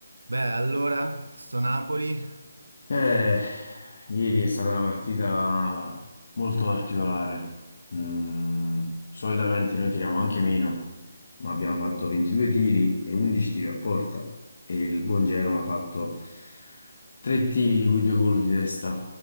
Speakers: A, on the right; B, on the left.
A: Beh, allora, sto Napoli.
B: Eh, ieri è stata una partita molto particolare. Mm, solitamente noi tiriamo anche meno, ma abbiamo fatto 22 tiri e 11 tiri a porta. E il buon Jerome ha fatto tre tiri, di cui due gol di testa.